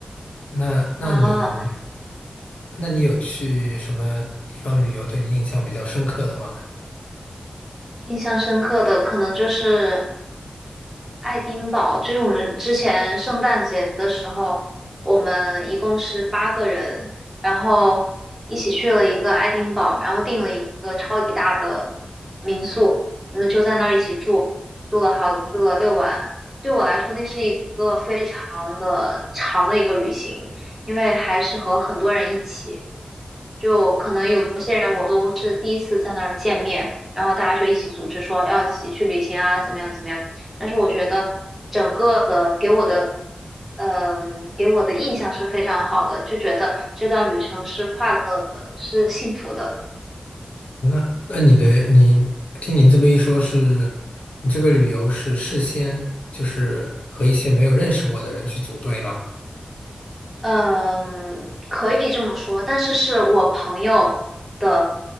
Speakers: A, on the left; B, in the centre.
A: 那那你，
B: 啊，
A: 那你有去什么地方旅游对你印象比较深刻的吗？
B: 印象深刻的可能就是爱丁堡就是我们之前圣诞节的时候，我们一共是八个人，然后一起去了一个爱丁堡，然后订了一个超级大的民宿，我们就在那儿一起住，住了好，住了六晚。对我来说，那是一个非常的长的一个旅行，因为还是和很多人一起。就可能有些人我都是第一次在那儿见面，然后大家就一起组织说要一起去旅行啊，怎么样怎么样。但是我觉得整个的给我的，嗯、给我的印象是非常好的，就觉得这段旅程是快乐的，是幸福的。
A: 那那你的你听您这么一说是，你这个旅游是事先就是和一些没有认识过的人去组队吗？
B: 嗯，可以这么说，但是是我朋友的，